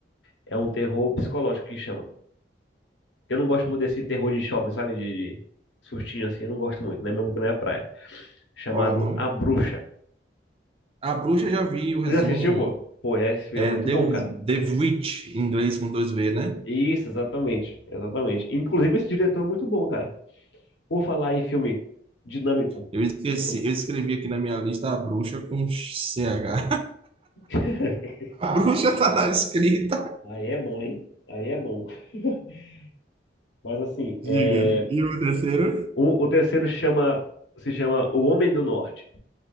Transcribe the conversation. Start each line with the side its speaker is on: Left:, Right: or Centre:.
Left: é um terror psicológico que chama. Eu não gosto muito desse terror de shopping, sabe? De, de sustinho assim, eu não gosto muito, não é muito da minha praia. Chamado
Right: Qual é o nome?
Left: A Bruxa.
Right: A Bruxa já vi o resumo.
Left: Já assistiu, pô? Pô, é, esse filme
Right: É
Left: é muito
Right: The,
Left: bom, cara.
Right: The Witch, em inglês com dois V, né?
Left: Isso, exatamente. Exatamente. Inclusive, esse diretor é muito bom, cara. Por falar em filme dinâmico.
Right: Eu esqueci,
Left: eu-
Right: eu escrevi aqui na minha lista a bruxa com C H.
Left: <laughs>
Right: A bruxa tá na escrita.
Left: Aí é bom, hein? Aí é bom. <laughs> Mas assim, é...
Right: Diga. E o terceiro?
Left: o, o terceiro chama se chama O Homem do Norte.